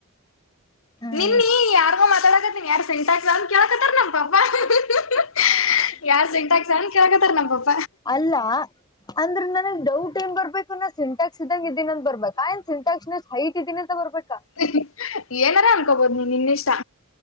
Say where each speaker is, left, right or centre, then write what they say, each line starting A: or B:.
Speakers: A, on the left (about 20°); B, on the left (about 65°).
A: ಹ್ಮ್
B: ನಿನ್ನೀ ಯಾರಗೋ ಮಾತಾಡಕತ್ತೀನಿ ಯಾರ್ ಸಿಂಟ್ಯಾಕ್ಸ್ ಅಂತ್ ಕೇಳಾಕತ್ತಾರ ನಮ್ ಪಪ್ಪಾ ಹ್ಹಿ ಹ್ಹಾ ಹ್ಹಾ <unintelligible> ಯಾರ್ ಸಿಂಟ್ಯಾಕ್ಸ್ ಅಂತ್ ಕೆಳಾತಾರ್ ನಮ್ ಪಪ್ಪಾ
A: ಅಲ್ಲಾಅಂದ್ರೆ ನನಗ್ ಡೌಟ್ ಏನ್ ಬರ್ಬೇಕು ನಾ ಸಿಂಟ್ಯಾಕ್ಸ್ ಇದಂಗ ಇದ್ದೀನ ಬರ್ಬೇಕಾ ಏನ್ ಸಿಂಟ್ಯಾಕ್ಸ್ ಅಷ್ಟ ಹೈಟ್ ಇದೀನಿಂತ ಬರ್ಬೇಕಾ
B: <unintelligible> ಏನಾರ ಅನ್ಕೋಬೋದು ನೀ ನಿನ್ನಿಷ್ಟಾ